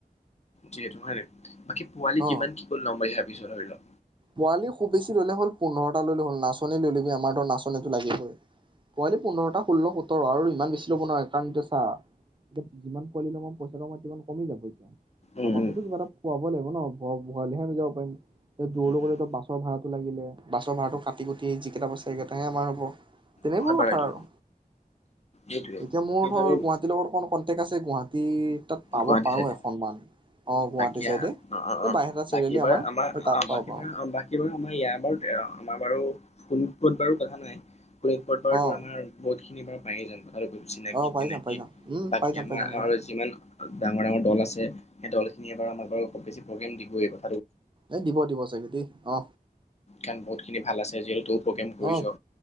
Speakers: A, on the left; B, on the right.
A: যিহেতু হয়নে নাই। বাকী পোৱালি
B: অ
A: কিমান কি কৰি লম বুলি ভাব তুমি ছয়টা ধৰিলোঁ।
B: পোৱালি খুববেছি ল'লে হ'ল পোন্ধৰটা ল'লে হ'ল নাচ নাচনী লৈ লবি আমাৰ ধৰ নাচনীটো লাগিবই পোৱালি পোন্ধৰটা ষোল্ল সোতৰ আৰু ইমান বেছি ল'ব নোৱাৰি কাৰণ এতিয়া চা এতিয়া যিমান পোৱালি লম পইচাটো আমাৰ সিমান কমি যাব এতিয়া।
A: উম
B: আমাকোটো
A: উম উম
B: কিবা এটা পোৱা <unintelligible> লাগিব ন ভ ভলেহে আমি যাব পাৰিম। দৌৰ
A: উম
B: লবলে
A: উম
B: তই বাছৰ ভড়াটো লাগিলে। বাছৰ ভাড়াটো কাটি কুটি যিকেইটা বাছেগে সেইটাহে আমাৰ হ'ব। তেনেকোৱা
A: নহয়
B: কথা
A: বাৰু
B: আৰু,
A: এইটো সেইটোৱে
B: এতিয়া মোৰ
A: সেইটো
B: ধৰ
A: আমি
B: গুৱাহাটীৰ লগত অকণ কনটেক্ট আছে গুৱাহাটীৰ। তাত পাব
A: গুৱাহাটী
B: পাৰো
A: চাইডে
B: এখনমান। অ', গুৱাহাটী
A: বাকী
B: চাইডে,
A: আহ, অ অ
B: এই
A: অ
B: বাইহাটা চাৰিআলি
A: বাকী এবাৰ
B: আমাৰ সেই তাত।
A: অ বাকী
B: পাৰোঁ
A: বাৰু আমাৰ ইয়াৰ বাৰু আমাৰ বাৰু। <unintelligible> শোণিতপুত বাৰু কথা নাই। বতৰতো
B: অ।
A: আমৰ বহুত এইবাৰ পায়ে যাম চিনাকি
B: অ পাই
A: তেনেকি
B: যাম পাই যাম উম
A: বাকী
B: পাই যাম
A: আমাৰ
B: পাই যাম এয়া
A: আৰু যিমান ডাঙৰ ডাঙৰ দল আছে তুমি এবাৰ আমাৰ ঘৰত বহুত বেছি প্ৰগ্ৰেম দিব এবাৰ
B: এ দিব দিব চাগে দ অ
A: কাৰণ বহুত খিনি ভাল আছে যিহেতু প্ৰগ্ৰেম কৰিছ
B: অ